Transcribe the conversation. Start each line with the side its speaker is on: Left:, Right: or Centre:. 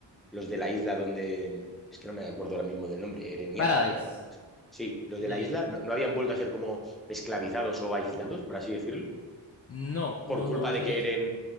Centre: los de la isla donde, es que no me acuerdo ahora mismo del nombre, Ereniano,
Left: Paradise.
Centre: ¿no? O algo así. Sí, los
Left: Eh,
Centre: de la isla no, no habían vuelto a ser como esclavizados o aislados, por así decirlo,
Left: no,
Centre: por
Left: no,
Centre: culpa
Left: no,
Centre: de
Left: es
Centre: que Eren,
Left: que